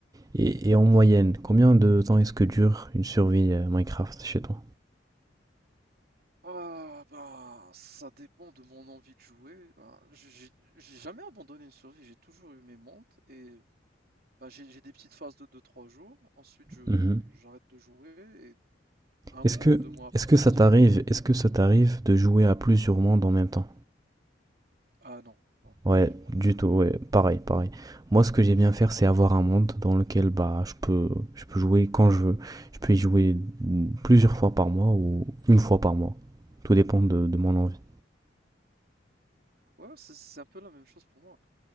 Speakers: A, on the right; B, on the right.
A: Et, et en moyenne, combien de temps est-ce que dure une survie euh, Minecraft chez toi?
B: Ah, bah ça dépend de mon envie de jouer, ben, j'ai j'ai j'ai jamais abandonné une survie, j'ai toujours eu mes montes et bah, j'ai j'ai des petites phases de deux trois jours, ensuite je
A: Mhm.
B: j'arrête de jouer et un mois
A: Est-ce que,
B: ou deux mois après,
A: est-ce que
B: je
A: ça
B: continue
A: t'arrive,
B: de jouer.
A: est-ce que ça t'arrive de jouer à plusieurs mondes en même temps?
B: Ah non, non,
A: Ouais,
B: j'arrive pas.
A: du tout, ouais,
B: Oh.
A: pareil, pareil. Moi, ce que j'aime bien faire, c'est avoir un monde dans lequel bah, je peux, je peux jouer quand je veux. Je peux y jouer plusieurs fois par mois ou une fois par mois. Tout dépend de, de mon envie.
B: Ouais, c'est c'est un peu la même chose pour moi.